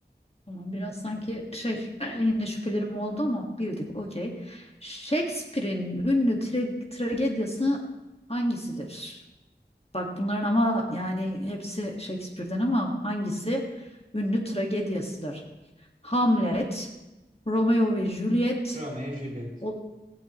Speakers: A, on the left; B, on the right.
A: Tamam biraz sanki şey <clears throat> yine şüphelerim oldu ama bildik okey. Shakespeare'in ünlü tra- tragediyası hangisidir? Bak bunların ama yani hepsi Shakespeare'den ama hangisi ünlü tragediyasıdır? Hamlet, Romeo ve Juliet,
B: Romeo ve Juliet.
A: o